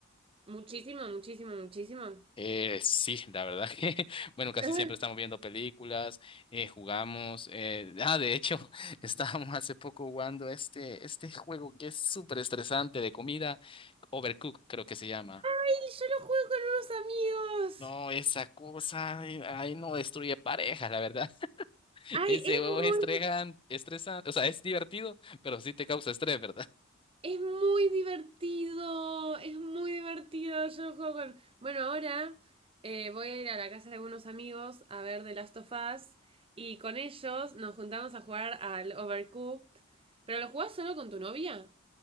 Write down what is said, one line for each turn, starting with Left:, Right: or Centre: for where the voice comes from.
Right: Muchísimo, muchísimo, muchísimo.
Left: Eh, sí, la verdad que, <laughs> bueno, casi
Right: <laughs> Ay,
Left: siempre estamos viendo películas, eh, jugamos, eh, ah, de hecho, <laughs> estábamos hace poco jugando este, este juego que es súper estresante de comida, Overcook creo que se llama.
Right: yo lo juego con unos amigos!
Left: No, esa cosa, ay, ay, no destruye parejas, la verdad. <laughs>
Right: ay
Left: Ese
Right: es
Left: juego es
Right: muy
Left: estresan- estresante, o sea, es divertido, pero sí te causa estrés, ¿verdad? <laughs>
Right: Es muy divertido, es muy divertido. Yo lo juego con... Bueno, ahora eh, voy a ir a la casa de unos amigos a ver The Last of Us y con ellos nos juntamos a jugar al Overcooked. ¿Pero lo jugás solo con tu novia?